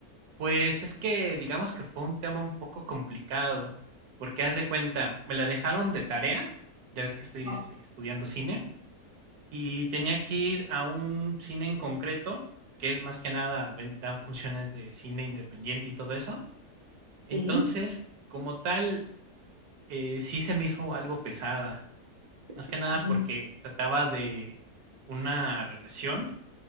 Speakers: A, on the right; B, on the right.
A: Pues es que digamos que fue un tema un poco complicado, porque haz de cuenta, me la dejaron de tarea, ya ves que estoy
B: Ah.
A: este, estudiando cine, y tenía que ir a un cine en concreto, que es más que nada, ven- dan funciones de cine independiente y todo eso.
B: Sí,
A: Entonces, como tal, eh, sí se me hizo algo pesada.
B: sí,
A: Más que nada
B: claro,
A: porque trataba de una relación